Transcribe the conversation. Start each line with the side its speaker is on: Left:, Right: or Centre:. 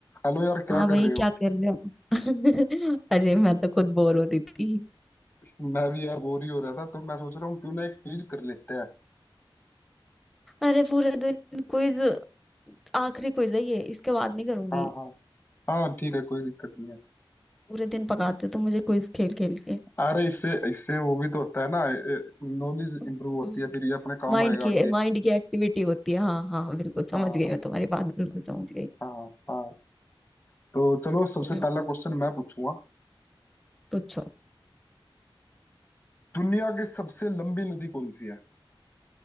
Left: हेलो यार
Centre: हाँ
Left: क्या
Centre: भाई
Left: कर रहे हो
Centre: क्या कर रहे हो <laughs> अरे मैं तो खुद बोर हो रही थी
Left: मैं भी यार बोर ही हो रहा था तो मैं सोच रहा हूँ क्यों ना एक क्विज कर लेते हैं
Centre: अरे पूरे दिन क्विज आखिरी क्विज है ये इसके बाद नहीं करूंगी
Left: हाँ हाँ हाँ ठीक है कोई दिक्कत नहीं है
Centre: पूरे दिन पकाते तो मुझे क्विज खेल खेल के
Left: अरे इससे इससे वो भी तो होता है ना नॉलेज इंप्रूव
Centre: हम्म
Left: होती है फिर ये अपने काम
Centre: माइंड
Left: आएगा
Centre: की
Left: आगे
Centre: माइंड की एक्टिविटी होती है हाँ हाँ बिल्कुल समझ
Left: हाँ
Centre: गई मैं तुम्हारी बात बिल्कुल समझ गई
Left: हाँ हाँ तो चलो सबसे
Centre: हम्म।
Left: पहला क्वेश्चन मैं पूछूंगा
Centre: पूछो
Left: दुनिया की सबसे लंबी नदी कौन सी है